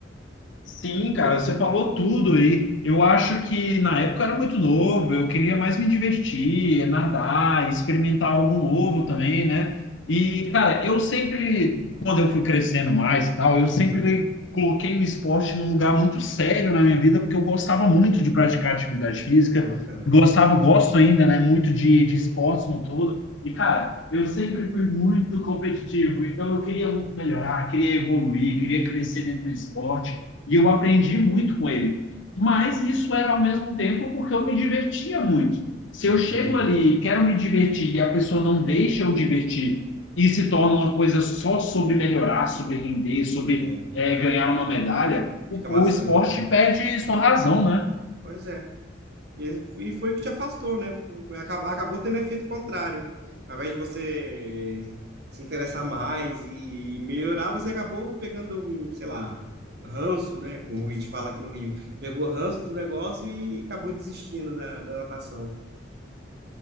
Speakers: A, on the left; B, on the right.
A: Sim, cara, você falou tudo aí. Eu acho que na época eu era muito novo, eu queria mais me divertir, nadar, experimentar algo novo também, né? E, cara, eu sempre, quando eu fui crescendo mais e tal, eu sempre coloquei o esporte num lugar muito sério na minha vida, porque eu gostava muito de praticar atividade física,
B: Uma bacana.
A: gostava, gosto ainda, né, muito de, de esportes no todo. E, cara, eu sempre fui muito competitivo, então eu queria muito melhorar, queria evoluir, queria crescer dentro do esporte. E eu aprendi muito com ele. Mas isso era ao mesmo tempo porque eu me divertia muito. Se
B: Entendi.
A: eu chego ali e quero me divertir e a pessoa não deixa eu divertir e se torna uma coisa só sobre melhorar, sobre render, sobre
B: É,
A: é, ganhar uma medalha, o,
B: fica maçante,
A: o esporte
B: né?
A: perde sua razão, né?
B: Pois é. E esse- e foi o que te afastou, né? Acabou, acabou tendo efeito contrário. Ao invés de você se interessar mais e melhorar, você acabou pegando, sei lá, ranço, né? Como a gente fala aqui no Rio. Pegou ranço do negócio e acabou desistindo da, da natação.